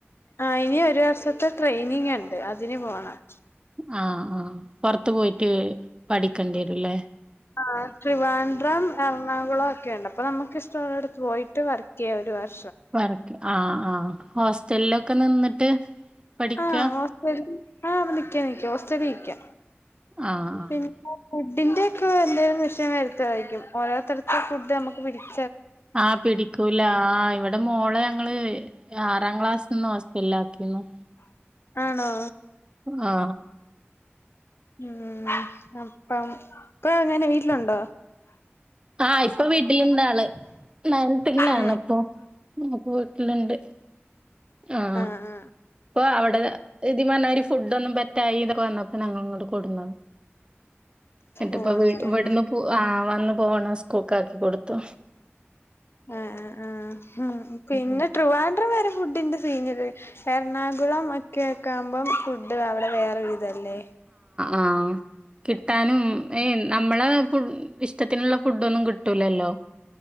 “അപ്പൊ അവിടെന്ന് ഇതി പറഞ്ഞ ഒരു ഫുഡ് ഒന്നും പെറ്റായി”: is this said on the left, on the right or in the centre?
Right